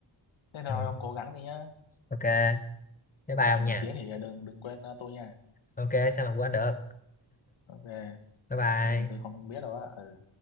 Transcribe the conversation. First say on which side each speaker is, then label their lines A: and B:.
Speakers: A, on the left; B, on the left.
A: thế thôi
B: ừ.
A: ông cố gắng đi nhá
B: ok bye bye
A: sau
B: ông
A: này nổi
B: nha
A: tiếng thì đừng đừng quên ờ, tôi nha
B: ok sao mà quên được
A: ok
B: bye bye
A: ừ tôi không biết đâu á ừ